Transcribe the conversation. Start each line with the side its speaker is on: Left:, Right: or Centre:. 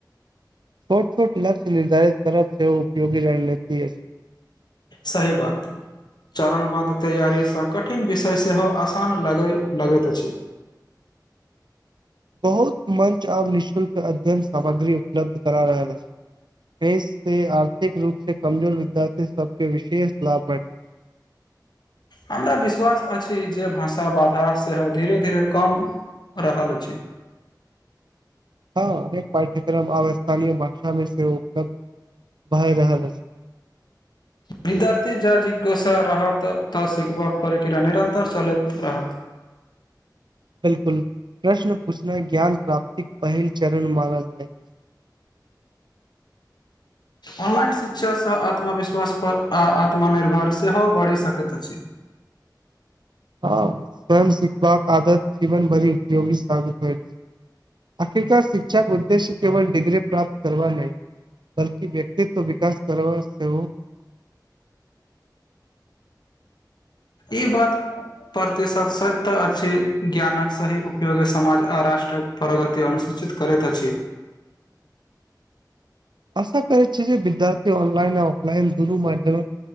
Right: छोट छोट लक्ष्य ले दाउ सेहो उपयोगी रणनीति अछि
Left: सही बात चरण बंध तैयारी स कठिन विषय सेहो आसान लगै लगैत अछि
Right: बहुत मंच ओर निःशुल्क अध्ययन सामग्री उपलब्ध करा रहल अछि बेस के आर्थिक रूप से कमजोर विद्यार्थी सब के विशेष लाभ भेट
Left: हमरा विश्वास अछि जे भाषा बाधा सेहो धीरे धीरे कम रहल अछि
Right: हँ अनेक पाठ्यक्रम आब स्थानीय भाषा मे सेहो उपलब्ध भए रहल अछि
Left: विद्यार्थी जा जिज्ञासा रहत त सिखबाक प्रक्रिया निरन्तर चलैत रहत <inaudible>
Right: बिलकुल प्रश्न पूछनाइ ज्ञान प्राप्तिक पहिल चरण मानल जाय
Left: ऑनलाइन शिक्षास आत्मविश्वासपर आ आत्मनिभर सेहो बढ़ि सकैत अछि
Right: आ स्वयं सिखबाक आदत जीवन भरी उपयोगी साबित होइ आखिरकार शिक्षाक उद्देश्य केवल डिग्री प्राप्त करबा नेइ बलकि व्यक्तित्व विकास कर बा सेहो
Left: ई बात प्रतिशत सत तऽ अछि ज्ञानक सही उपयोग समाज आ राष्ट्रक प्रगती अनुसूचित करैत अछि
Right: आशा करै छी जे विद्यार्थी ऑनलाइन ऑफलाइन दुनू माध्यम